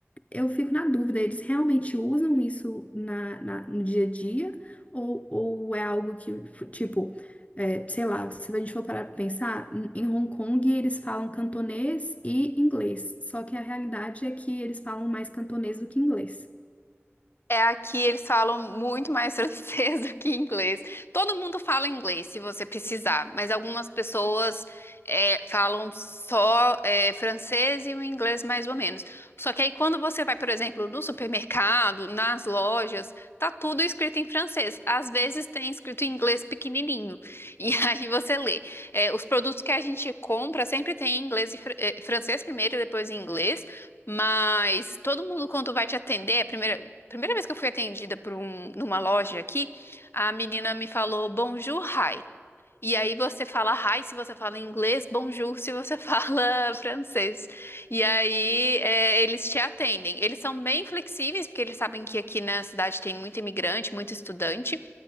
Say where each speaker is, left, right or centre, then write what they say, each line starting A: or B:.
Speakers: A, on the left (about 30°); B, on the left (about 60°).
A: eu fico na dúvida, eles realmente usam isso na, na- no dia a dia? Ou, ou é algo que, tipo, é, sei lá, se a gente for parar pra pensar, em em Hong Kong eles falam cantonês e inglês. Só que a realidade é que eles falam mais cantonês do que inglês.
B: É aqui eles falam muito mais <laughs> francês do que inglês. Todo mundo fala inglês se você precisar, mas algumas pessoas é, falam só é, francês e o inglês mais ou menos. Só que aí quando você vai, por exemplo, no supermercado, nas lojas, tá tudo escrito em francês. Às vezes tem escrito em inglês pequenininho. E <laughs> aí você lê. É, os produtos que a gente compra sempre tem em inglês e fr- eh, francês primeiro e depois em inglês. Mas todo mundo, quando vai te atender, a primeira, primeira vez que eu fui atendida por um, numa loja aqui, a menina me falou bonjour, hi. E aí você fala hi se você fala inglês, bonjour se você <laughs> fala francês. E aí é, eles te atendem. Eles são bem flexíveis, porque eles sabem que aqui na cidade tem muito imigrante, muito estudante,